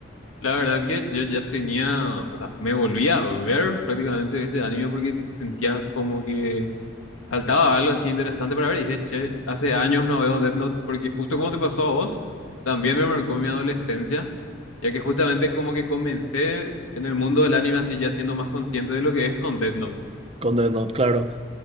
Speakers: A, on the left; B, on the right.
A: La verdad es que yo ya tenía, o sea, me volví a ver prácticamente este anime porque sentía como que faltaba algo así interesante para ver. Y dije, che, hace años no veo Death Note porque justo como te pasó a vos, también me marcó mi adolescencia, ya que justamente como que comencé en el mundo del anime así ya siendo más consciente de lo que es con Death Note.
B: con Death Note, claro.